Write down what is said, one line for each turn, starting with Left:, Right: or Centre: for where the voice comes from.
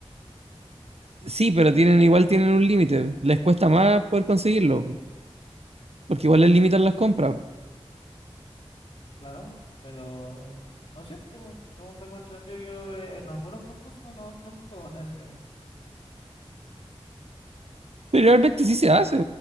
Right: sí, pero tienen, igual tienen un límite. Les cuesta más poder conseguirlo, po, porque igual les limitan las compras.
Left: claro. Pero no siempre, pues, según tengo entendido yo, eh, en algunos concursos, no, no en todos necesariamente.
Right: Pero realmente sí se hace.